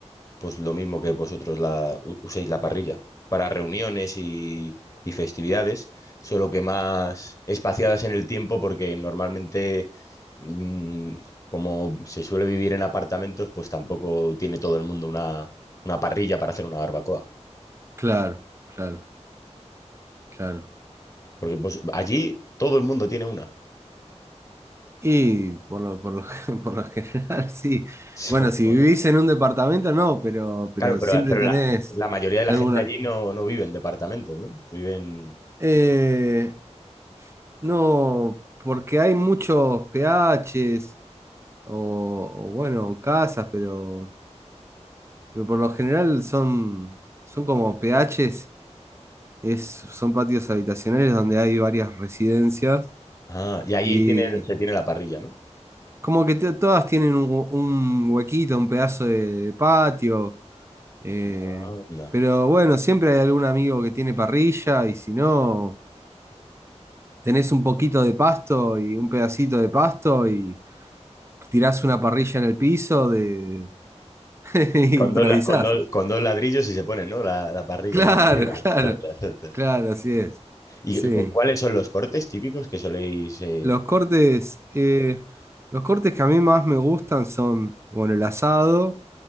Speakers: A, on the left; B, on the right.
A: pues lo mismo que vosotros la, u- uséis la parrilla para reuniones y, y festividades, solo que más espaciadas en el tiempo porque normalmente, mm, como se suele vivir en apartamentos, pues tampoco tiene todo el mundo una, una parrilla para hacer una barbacoa.
B: claro, claro, claro.
A: Porque pues, allí todo el mundo tiene una. <laughs>
B: Y por lo, por lo, <laughs> por lo general, sí.
A: So,
B: Bueno, si
A: Joder.
B: vivís en un departamento, no, pero, pero
A: claro, pero,
B: siempre
A: pero
B: tenés
A: la, la mayoría de la
B: alguna.
A: gente allí no, no vive en departamentos, ¿no? Viven...
B: Eh, no, porque hay muchos PHs o, o, bueno, casas, pero, pero por lo general son, son como PHs, es, son patios habitacionales donde hay varias residencias
A: Ah, y allí
B: y
A: tiene, se tiene la parrilla, ¿no?
B: como que te- todas tienen un, hu- un huequito, un pedazo de patio. Eh,
A: Ah,
B: pero bueno, siempre hay algún amigo que tiene parrilla y si no, tenés un poquito de pasto y un pedacito de pasto y tirás una parrilla en el piso de... <laughs> y
A: Con
B: improvisás.
A: dos, la- con dos- con dos ladrillos y se pone, ¿no? La, la parrilla
B: Claro,
A: ahí encima.
B: <laughs> claro,
A: Ta, ta, ta, ta.
B: claro, así es.
A: ¿Y
B: Sí.
A: cu- cuáles son los cortes típicos que soléis? eh?
B: Los cortes, eh, los cortes que a mí más me gustan son, bueno, el asado,